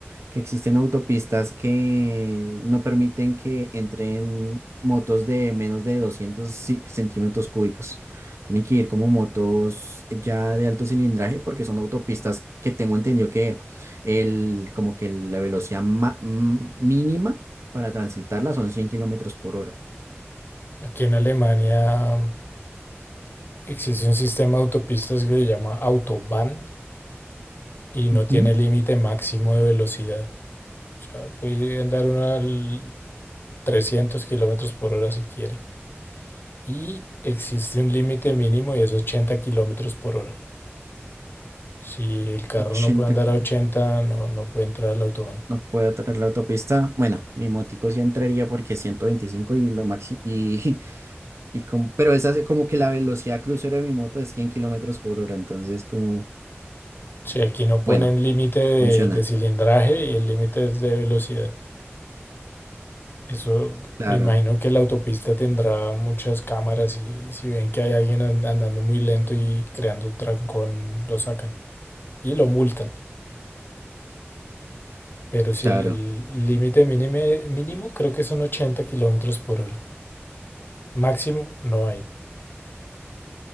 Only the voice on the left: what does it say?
Aquí en Alemania mm, existe un sistema de autopistas que se llama Autobahn y no
tiene límite máximo de velocidad. O sea, puede andar uno al 300 kilómetros por hora si quiere. Y existe un límite mínimo y es 80 kilómetros por hora. Si el carro
no puede andar
a 80 no, no puede entrar al autobahn.
Si aquí no
ponen límite de,
de cilindraje y el límite es de velocidad. Eso
me imagino que la autopista tendrá muchas cámaras y si ven que hay alguien an- andando muy lento y creando trancón, lo sacan y lo multan. Pero
si el el límite mínimo, mínimo creo que son 80 kilómetros por hora. Máximo no hay.